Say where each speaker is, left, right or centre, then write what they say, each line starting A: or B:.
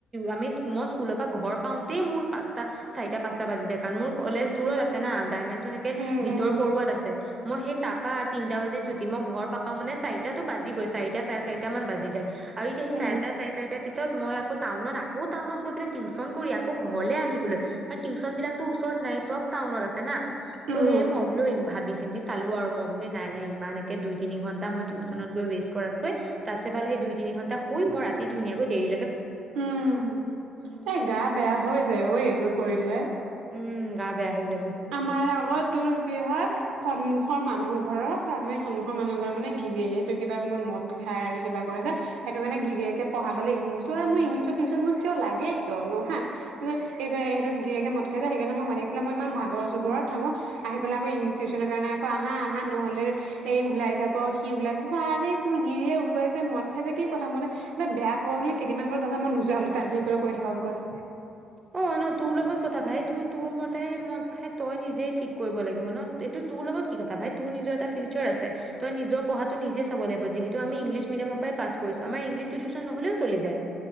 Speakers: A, on the right; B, on the right.
A: আমি মই স্কুলৰ পৰা ঘৰ পাওঁতেই মোৰ পাঁচটা চাৰিটা পাঁচটা বাজিে কাৰণ মোৰ কলেজ দূৰত আছে না ডাইমেনচনে
B: উম
A: ভিতৰ
B: উম
A: পৰুৱাত আছে মইহে তাপ পা তিনটা বাজি ছুটি মই ঘৰ পাওঁ মানে চাৰিটাতো বাজি বৈ চাৰিটা চাৰে চাৰিটা মান বাজি যায় আৰু এতিয়া সি
B: উম
A: চাৰেটা চাৰে চাৰিটা পিছত মই আকৌ টাউনত আকৌ টাউনত গৈ পেলাই টিউচন কৰি আকৌ ঘৰলে আহিবলৈ কাৰ টিউচন বিলাকতো ওচৰত নাই চব টাউনত আছে না ত'
B: উম
A: সেই ম বলো ই ভাবি চিন্তি চালো আৰু মই বুলি নাই নাই ইমান একে দুই তিনি ঘন্টা মই টিউচনত গৈ ৱেষ্ট কৰাতকৈ তাতছে ভালে সেই দুই তিনি ঘন্টা শুই মই ৰাতি ধুনিয়া কৈ দেৰি।
B: উম এ গা বেয়া হৈ যায় এইবোৰ কৰ লে
A: উম গা বেয়া হৈ যাব।
B: আমাৰ আগত তোৰ কি হয় সন্মুখৰ মানুহ ঘৰৰ আমি সন্মুখৰ মানুহ ঘৰ মানুহ। মানে গিৰিয়েটো কিবা ম মদ খাই আৰু কিবা কৰে যে সেইটো কাৰণে গিৰিয়েকে পঢ়াবলৈ ইংলিছ মোৰ ইংলিছৰ টিউচন মোৰ কিয় লাগে কিয় নোহা সেইটো গিৰেকে মদ খাই যায় সেইকাৰে মাতি ফেল মই ই ভ আগৰ ঘৰত ওচৰত থাকো আহি পেলাই আকৌ ইংলিছ টিউচনৰ কাৰণে আকৌ আহা -আহা নহ'লে এই ওলাই যাব সি ওলাই যাব, আৰে তোৰ গিৰিয়ে ওলাই যায় মদ খাই যে কি কথা মান বেয়া পাব বোলে কেইদিনমান গ'ল তাৰপছত মই নোযোৱা হ'লো জা জ জি কৰি কৰি থাকক গৈ
A: অ ন তোৰ লগত কথা ভাই তোৰ তোৰ মতাই মদ খাই তই নিজে ঠিক কৰিব লাগিব ন এইটো তোৰ লগত কি কথা ভাই তোৰ নিজৰ এটা। নিশ্চয় আছে তই নিজৰ পঢ়াত ত নিজে চাব লাগ যিহেত আমি ইংলছ মিডিয়ামৰ পৰা পাছ কৰিছো আমা ইংলছটো টিউচন নহলেও চলি যায়।